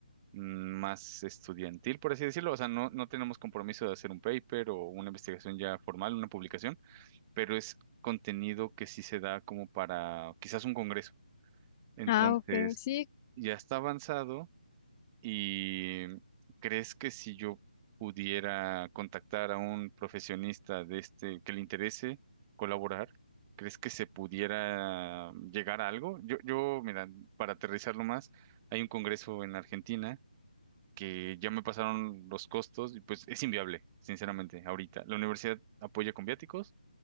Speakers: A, on the right; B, on the left.
A: mm, más estudiantil, por así decirlo. O sea, no, no tenemos compromiso de hacer un paper o una investigación ya formal, una publicación pero es contenido que sí se da como para quizás un congreso. Entonces,
B: Ah, ok, sí.
A: ya está avanzado y ¿crees que si yo pudiera contactar a un profesionista de este que le interese colaborar, ¿crees que se pudiera llegar a algo? Yo, yo, mira, para aterrizarlo más, hay un congreso en Argentina que ya me pasaron los costos y pues es inviable, sinceramente, ahorita. La universidad apoya con viáticos